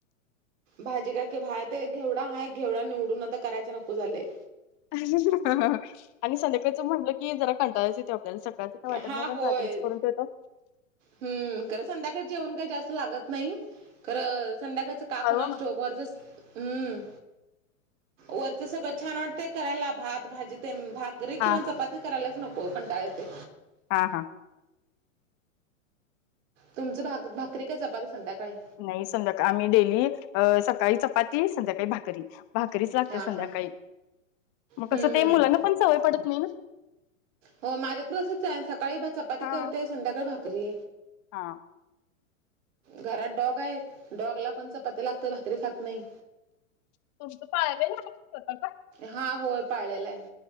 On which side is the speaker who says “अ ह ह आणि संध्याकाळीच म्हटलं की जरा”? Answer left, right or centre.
Left